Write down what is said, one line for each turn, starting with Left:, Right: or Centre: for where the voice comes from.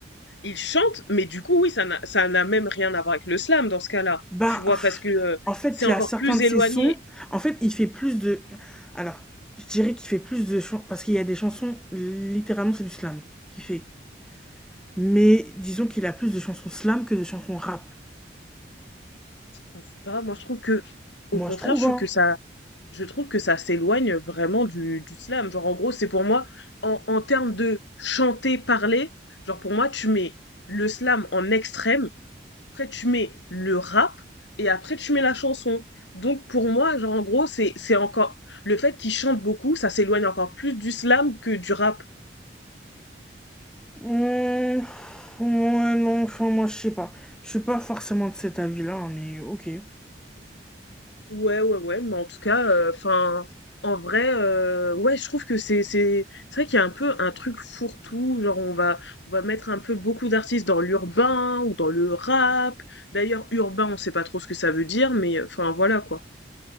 Left: Ils chantent, mais du coup, oui, ça n'a ça n'a même rien à voir avec le slam dans ce cas-là.
Centre: Ben,
Left: Tu vois,
Centre: pff,
Left: parce que euh,
Centre: en fait,
Left: c'est
Centre: il
Left: encore
Centre: y a certains
Left: plus
Centre: de
Left: éloigné.
Centre: ses sons. En fait, il fait plus de. Alors, je dirais qu'il fait plus de chansons. Parce qu'il y a des chansons, littéralement, c'est du slam qu'il fait. Mais disons qu'il a plus de chansons slam que de chansons rap.
Left: Je sais pas, moi je trouve que,
Centre: Moi,
Left: au contraire,
Centre: je trouve,
Left: je trouve
Centre: hein.
Left: que ça, je trouve que ça s'éloigne vraiment du, du slam. Genre, en gros, c'est pour moi, en, en termes de chanter, parler, genre pour moi, tu mets le slam en extrême, après tu mets le rap, et après tu mets la chanson. Donc pour moi, genre en gros, c'est, c'est encore, le fait qu'ils chantent beaucoup, ça s'éloigne encore plus du slam que du rap.
Centre: Hum, ouais, non, enfin, moi, je sais pas. Je suis pas forcément de cet avis-là, hein, mais ok.
Left: Ouais, ouais, ouais, mais en tout cas, euh, enfin, en vrai, heu, ouais, je trouve que c'est c'est c'est vrai qu'il y a un peu un truc fourre-tout, genre on va on va mettre un peu beaucoup d'artistes dans l'urbain ou dans le rap. D'ailleurs, urbain, on sait pas trop ce que ça veut dire, mais enfin voilà quoi.